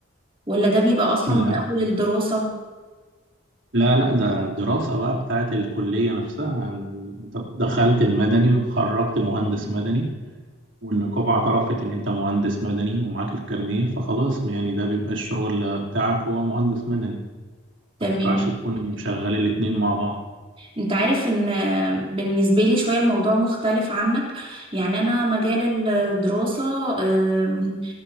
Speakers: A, on the right; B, on the right.
A: ولا ده بيبقى اصلا
B: لا
A: من اول الدراسة
B: لا لا ده دراسة بقى بتاعت الكلية نفسها انت دخلت المدني وخرجت مهندس مدني والنقابة اعترفت ان انت مهندس مدني ومعاك الكارنيه فخلاص يعني ده بيبقى الشغل بتاعك هو مهندس مدني
A: تمام
B: ما ينفعش تكون مشغل الاتنين مع بعض
A: انت عارف ان بالنسبة لي شوية الموضوع مختلف عنك يعني انا مجال الدراسة آم،